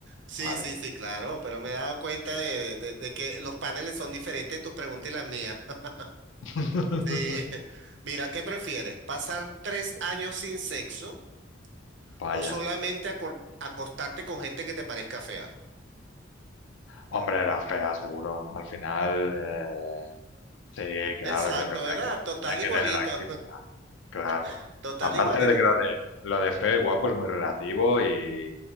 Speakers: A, on the right (about 65°); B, on the left (about 75°).
A: Sí,
B: Vale.
A: sí, sí, claro, pero me he dado cuenta de, de- de- de que los paneles son diferentes, tus preguntas y las mías. <laughs>
B: <laughs>
A: Sí. Mira, ¿qué prefieres? ¿Pasar tres años sin sexo
B: Vaya.
A: o solamente acor- acostarte con gente que te parezca fea?
B: Hombre, era fea, seguro. Al final, eh, sí, claro,
A: Exacto,
B: yo creo
A: ¿verdad?
B: que hay que,
A: Total
B: hay que
A: igualito,
B: tener actividad. Claro.
A: <laughs> total
B: Aparte
A: igualito.
B: de que lo de, lo de feo y guapo es muy relativo y eh,